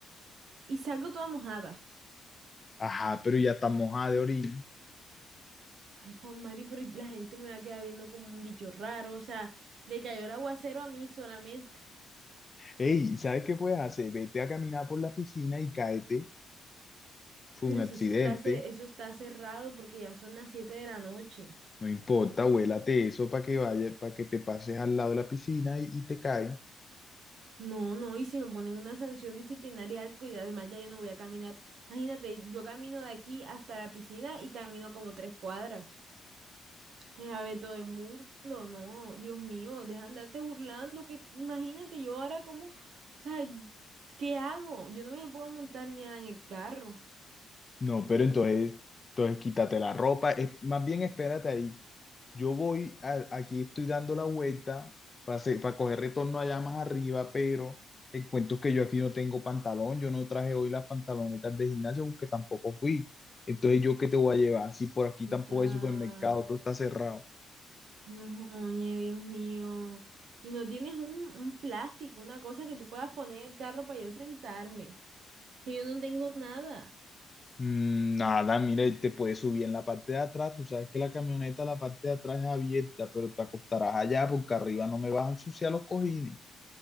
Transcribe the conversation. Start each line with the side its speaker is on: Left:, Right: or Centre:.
Right: Y salgo toda mojada.
Left: Ajá, pero ya está mojada de orina.
Right: Ay, Juan Mario, pero la gente me va a quedar viendo como un bicho raro. O sea, le cayó el aguacero a mí solamente.
Left: Ey, ¿sabes qué puedes hacer? Vete a caminar por la piscina y cáete, fue
Right: Pero
Left: un accidente,
Right: si eso está, ce- eso está cerrado porque ya son las 7 de la noche.
Left: no importa, huélate eso para que vaya, para que te pases al lado de la piscina y, y te caes.
Right: No, no, y si me ponen una sanción disciplinaria, algo, y además ya yo no voy a caminar. Imagínate, yo camino de aquí hasta la piscina y camino como tres cuadras. Me va a ver todo el mundo, no, Dios mío, deja de andarte burlando, que imagínate yo ahora como, o sea, ¿qué hago? Yo no me puedo montar miedo en el carro.
Left: No, pero entonces, entonces quítate la ropa. Es, más bien espérate ahí. Yo voy, a- aquí estoy dando la vuelta para, para coger retorno allá más arriba, pero el cuento es que yo aquí no tengo pantalón. Yo no traje hoy las pantalonetas de gimnasio porque tampoco fui. Entonces, ¿yo qué te voy a llevar? Si por aquí tampoco
Right: Da.
Left: hay supermercado, todo está cerrado.
Right: No, oye, Dios mío. Y no tienes un, un plástico, una cosa que tú puedas poner en el carro para yo sentarme. Que yo no tengo nada.
Left: Mm, nada, mire, te puedes subir en la parte de atrás. Tú sabes que la camioneta, la parte de atrás es abierta, pero te acostarás allá porque arriba no me vas a ensuciar los cojines.